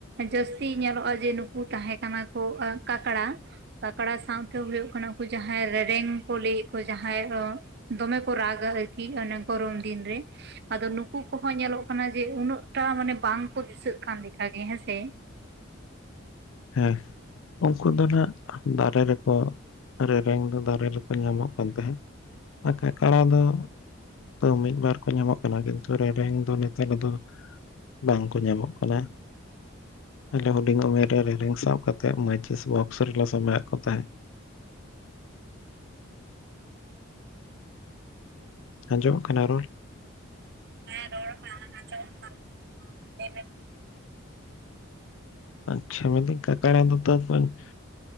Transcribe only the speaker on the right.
ᱡᱟᱹᱥᱛᱤ ᱧᱮᱞᱚᱜᱼᱟ ᱡᱮ ᱱᱩᱠᱩ ᱛᱟᱦᱮᱸ ᱠᱟᱱᱟ ᱠᱚ ᱠᱟᱠᱲᱟ ᱠᱟᱠᱲᱟ ᱥᱟᱶᱛᱮ ᱦᱩᱭᱩᱜ ᱠᱟᱱᱟ ᱠᱚ ᱩᱱᱠᱩ ᱡᱟᱦᱟᱸᱭ ᱨᱮᱨᱮᱝ ᱠᱚ ᱞᱟᱹᱭᱮᱫ ᱠᱚ ᱡᱟᱦᱟᱸᱭ ᱫᱚᱢᱮ ᱠᱩ ᱨᱟᱜᱟ ᱟᱨᱠᱤ ᱱᱟᱝ ᱠᱚᱨᱚᱢ ᱫᱤᱱᱨᱮ ᱟᱫᱚ ᱱᱩᱼᱼ ᱩᱱᱠᱩ ᱠᱚᱦᱚᱸ ᱧᱮᱞᱚᱜ ᱠᱟᱱᱟ ᱡᱮ ᱩᱱᱟᱹᱜ ᱵᱟᱝ ᱠᱚ ᱫᱤᱥᱟᱹᱜ ᱠᱟᱱ ᱞᱮᱠᱟ ᱜᱮ ᱦᱮᱸ ᱥᱮ᱾
ᱦᱮ ᱨᱚᱲ <unintelligible> ᱟᱡᱚᱢᱚᱜ ᱠᱟᱱᱟ